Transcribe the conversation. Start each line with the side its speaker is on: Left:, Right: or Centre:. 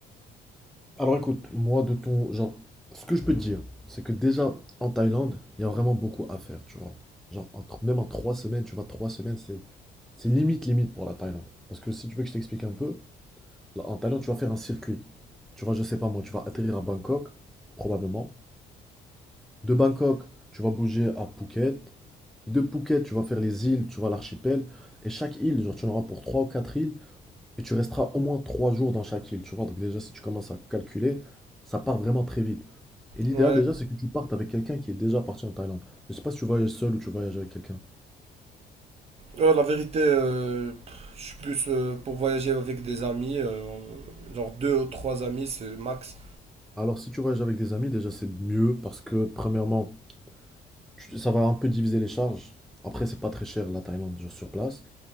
Centre: Alors écoute, moi de ton genre, ce que je peux te dire, c'est que déjà en Thaïlande, il y a vraiment beaucoup à faire, tu vois. Genre, en tr- même en trois semaines, tu vois, trois semaines, c'est c'est limite limite pour la Thaïlande. Parce que si tu veux que je t'explique un peu, là, en Thaïlande, tu vas faire un circuit. Tu vois, je sais pas moi, tu vas atterrir à Bangkok, probablement. De Bangkok, tu vas bouger à Phuket. De Phuket, tu vas faire les îles, tu vois, l'archipel. Et chaque île, genre, tu en auras pour trois ou quatre îles. Et tu resteras au moins trois jours dans chaque île, tu vois. Donc déjà, si tu commences à calculer, ça part vraiment très vite. Et l'idéal
Right: Ouais.
Centre: déjà, c'est que tu partes avec quelqu'un qui est déjà parti en Thaïlande. Je sais pas si tu voyages seul ou tu voyages avec quelqu'un.
Right: Ouais, la vérité, euh, pff, je suis plus euh, pour voyager avec des amis, euh, genre deux ou trois amis, c'est max.
Centre: Alors si tu voyages avec des amis, déjà c'est mieux parce que premièrement, tu- ça va un peu diviser les charges. Après, c'est pas très cher la Thaïlande genre, sur place.